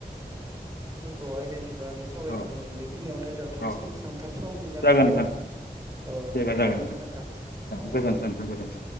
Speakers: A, on the right (about 20°); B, on the left (about 80°).
A: खौहाय दानिब बागै सावरायदोंमोन
B: औ
A: बेखिनियावनो दोनथ'सै
B: औ
A: सोंथाब समनि आंखालाव
B: जागोन नोंथां
A: औ
B: जागोन जागोन
A: गोजोन्थों नोंथां औ
B: गोजोन्थों नोंथां गोजोन्थों